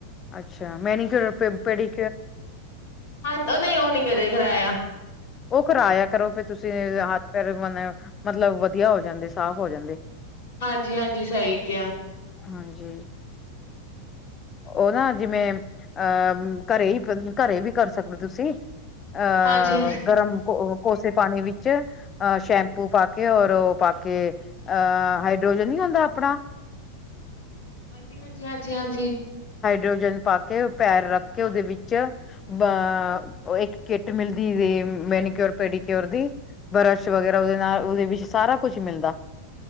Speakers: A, on the left; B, on the left.
A: ਅੱਛਾ। ਮੈਂ ਨਹੀਂ ਚੋਰ ਪੈਰੀ
B: ਹਾਂ ਉਹ ਨਹੀਂ ਉਹ ਨੀ ਕਦੇ ਕਰਾਇਆ।
A: ਉਹ ਕਰਵਾਇਆ ਕਰੋ ਫਿਰ ਤੁਸੀਂ ਹੱਥ ਪੈਰ ਮਨ। ਮਤਲਬ ਵਧੀਆ ਹੋ ਜਾਂਦੇ ਸਾਫ਼ ਹੋ ਜਾਂਦੇ।
B: ਹਾਂਜੀ- ਹਾਂਜੀ ਸਹੀ ਕਿਹਾ ਆ।
A: ਹਾਂਜੀ। ਉਹ ਨਾ ਜਿਵੇਂ ਅਹ ਘਰੇ ਘਰੇ ਵੀ ਕਰ ਸਕਦੇ ਤੁਸੀਂ। ਅਹ
B: ਹਾਂਜੀ।
A: ਗਰਮ ਕੋ ਕੋਸੇ ਪਾਣੀ ਵਿੱਚ ਅਹ ਸ਼ੈਂਪੂ ਪਾ ਕੇ। ਕਿ ਹੋਰ ਉਹ ਪਾ ਕੇ ਅਹ ਹਾਈਡ੍ਰੋਜਨ ਨੀ ਆਉਂਦਾ ਆਪਣਾ।
B: ਹਾਂਜੀ -ਹਾਂਜੀ, ਹਾਂਜੀ -ਹਾਂਜੀ।
A: ਯੋਜਨ ਪਾ ਕੇ ਪੈਰ ਰੱਖ ਕੇ ਉਹਦੇ ਵਿੱਚ। ਬ ਇੱਕ ਕਿੱਟ ਮਿਲਦੀ ਮੈਨੀਕਿਓਰ ਪੈਡੀਕਿਓਰ ਦੀ। ਬਰਸ਼ ਵਗੈਰਾ ਉਹਦੇ ਨਾਲ ਉਹਦੇ ਵਿੱਚ ਸਾਰਾ ਕੁਛ ਮਿਲਦਾ।